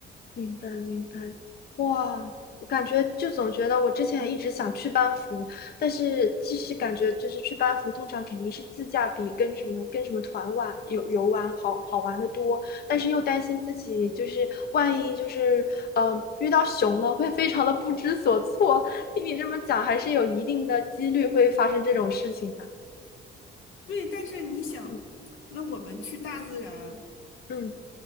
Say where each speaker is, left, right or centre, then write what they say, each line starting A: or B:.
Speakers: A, on the left; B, on the left.
A: 明白明白，哇，我感觉就总觉得我之前一直想去班服，但是其实感觉就是去班服，通常肯定是自驾比跟什么跟什么团玩游游玩好好玩的多，但是又担心自己就是万一就是嗯、呃遇到熊了，会非常的不知所措。听你这么讲，还是有一定的几率会发生这种事情的。
B: 对，但是你想，
A: 嗯
B: 那我们去大自然。”
A: 嗯，